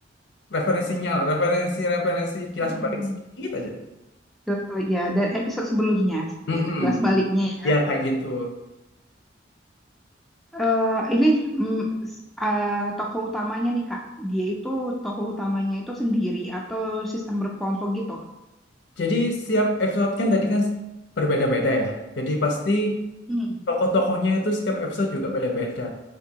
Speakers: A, on the left (about 65°); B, in the centre.
A: referensinya, referensi-referensi kilas
B: Mm-mm.
A: balik sedikit aja.
B: Kilas ya dari episode sebelumnya seperti
A: Mm-mm.
B: itu kilas baliknya ya.
A: Ya kayak gitu.
B: Eh, ini mm, s- eh, tokoh utamanya nih Kak. Dia itu tokoh utamanya itu sendiri atau sistem berkelompok gitu.
A: Jadi setiap episode kan tadi kan berbeda-beda ya. Jadi pasti
B: Hmm.
A: tokoh-tokohnya itu setiap episode juga beda-beda.